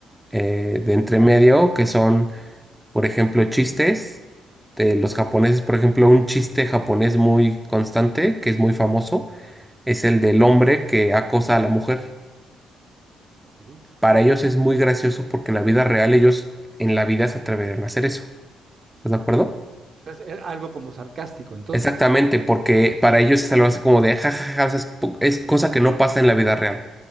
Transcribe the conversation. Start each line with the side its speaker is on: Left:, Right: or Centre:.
Centre: eh, de entre medio que son Por ejemplo, chistes de los japoneses. Por ejemplo, un chiste japonés muy constante, que es muy famoso, es el del hombre que acosa a la mujer.
Right: Ok.
Centre: Para ellos es muy gracioso porque en la vida real ellos en la vida se atreverían a hacer eso. ¿Estás de acuerdo?
Right: Es es algo como sarcástico, entonces.
Centre: Exactamente, porque para ellos es algo así como de jajaja, o sea, es, po- es cosa que no pasa en la vida real.